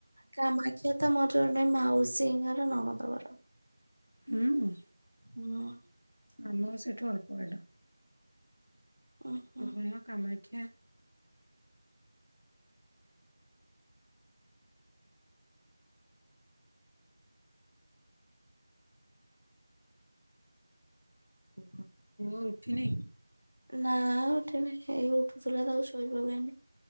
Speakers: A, on the right; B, on the left.
A: କାମାଖ୍ୟା ତ ମୋର ଜଣେ ମାଉସୀଙ୍କର ନମନ୍ଦ ଘର।
B: ହୁଁ।
A: ହଁ।
B: ଆମ ସେଇଠୁ ଅଳ୍ପ ବାଟ।
A: ଉଁ ହୁଁ।
B: ବିଭିନ୍ନ କାମ <unintelligible> ଓହୋ ମୁଁ ଉଠିନି
A: ନା ଉଠିନି ଏଇ ଉଠୁଥିଲା ତା ଆଉ ଶୋଇ ପକେଇନି